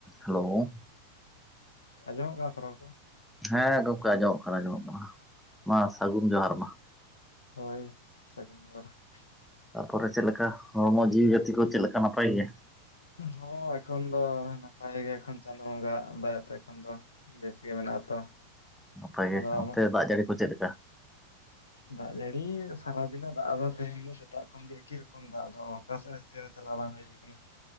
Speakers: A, in the centre; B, on the left.
A: Hello.
B: ᱟᱸᱡᱚᱢᱚᱜ ᱠᱟᱱᱟ ᱛᱚ ᱨᱚᱲ ᱠᱚ?
A: ᱦᱮᱸ ᱜᱚᱢᱠᱮ ᱟᱸᱡᱚᱢᱚᱜ ᱠᱟᱱᱟ, ᱟᱸᱡᱚᱢᱚᱜ ᱠᱟᱱᱟ ᱢᱟ ᱥᱟᱹᱜᱩᱱ ᱡᱚᱦᱟᱨ ᱢᱟ ᱾
B: ᱦᱳᱭ ᱥᱟᱹᱜᱩᱱ ᱡᱚᱦᱟᱨ ᱾
A: ᱛᱟᱯᱚᱨᱮ ᱪᱮᱫ ᱞᱮᱠᱟ ᱦᱚᱲᱢᱚ ᱡᱤᱣᱤ ᱡᱟᱹᱛᱤ ᱠᱚ ᱪᱮᱫ ᱞᱮᱠᱟ ᱱᱟᱯᱟᱭ ᱜᱮᱭᱟ?
B: ᱦᱚᱸ ᱮᱠᱷᱚᱱ ᱫᱚ ᱱᱟᱯᱟᱭ ᱜᱮ ᱮᱠᱷᱚᱱ ᱪᱟᱸᱫᱳ ᱵᱚᱸᱜᱟ ᱟᱜ ᱫᱟᱭᱟ ᱛᱮ ᱮᱠᱷᱚᱱ ᱫᱚ ᱾ ᱵᱮᱥ ᱜᱮ ᱢᱮᱱᱟᱜ ᱟ ᱛᱚ
A: ᱱᱟᱯᱟᱭ ᱜᱮ
B: ᱟᱫᱚ
A: ᱚᱱᱛᱮ
B: ᱟᱢᱟᱜ
A: ᱫᱟᱜ ᱡᱟᱹᱲᱤ ᱠᱚ ᱪᱮᱫ ᱞᱮᱠᱟ?
B: ᱫᱟᱜ ᱡᱟᱹᱲᱤ ᱥᱟᱨᱟᱫᱤᱱ ᱮ ᱫᱟᱜ ᱮᱫᱟ ᱛᱮᱦᱮᱧ ᱫᱚ ᱥᱮᱛᱟᱜ ᱠᱷᱚᱱ ᱜᱮ ᱮᱠᱤ ᱨᱚᱠᱚᱢ ᱫᱟᱜ ᱫᱚ ᱚᱠᱟ ᱥᱮᱫ ᱦᱚ ᱠᱷᱮᱞ ᱪᱟᱞᱟᱣ ᱵᱟᱝ ᱦᱩᱭ ᱠᱟᱱᱟ